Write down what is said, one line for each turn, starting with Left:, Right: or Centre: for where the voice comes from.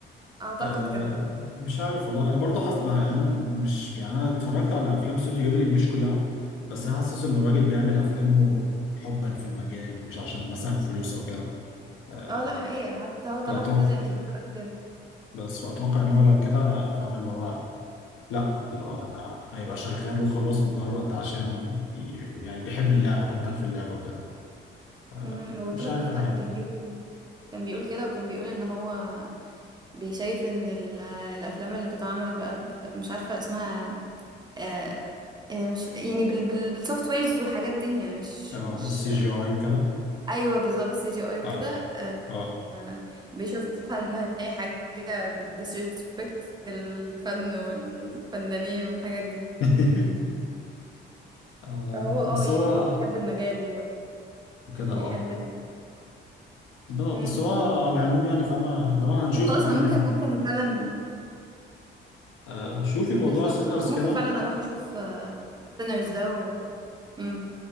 Right: اعتقد
Left: آه
Right: كده
Left: مش عارف والله انا برضه حاسس بقى- يعني مش يعني انا اتفرجت على افلام استوديو جيبلي مش كلها بس انا حاسس ان الراجل بيعمل افلامه حبا في المجال مش عشان مثلا فلوس او كده آه
Right: اه لا حقيقة حتى هو طلع
Left: فاتوقع
Right: في كذا انترفيو قال كده
Left: بس فاتوقع ان هو لو كده فاهم اللي هو لا اللي هو انا هيبقى شغال وخلاص مجرد عشان ي- يعني بيحب اللعبه حبا في اللعبه وكده آه
Right: امم هو طلع
Left: مش عارف
Right: في كذا
Left: الحقيقه
Right: انترفيو كان بيقول كده وكان بيقول ان هو بيشايف ان ال- آه، الافلام اللي بتتعمل بقى ب- مش عارفة اسمها آه آه، مش يعني بالسوفت ويرز والحاجات دي يعني مش
Left: اه
Right: مش
Left: السي جي اي وكده
Right: ايوه بالظبط سي جي اي وكده
Left: اه
Right: آه،
Left: اه
Right: آه، بيشوفها ان هي حاجه بتديسريسبكت الفن والفنانين والحاجات دي
Left: <laughs> اه
Right: فهو اه
Left: بس
Right: يعني
Left: هو
Right: هو بيحب المجال
Left: كده
Right: وبيحب
Left: اه
Right: ال...
Left: ده
Right: مم.
Left: بس هو على العموم يعني فاهمة لو هنشوف
Right: طب خلاص
Left: قدام
Right: انا ممكن
Left: يعني
Right: ممكن فعلا
Left: آه شوفي موضوع
Right: بالظبط
Left: سينرز
Right: اه ممكن
Left: كده
Right: فعلا اروح اشوف سينرز ده و... مم.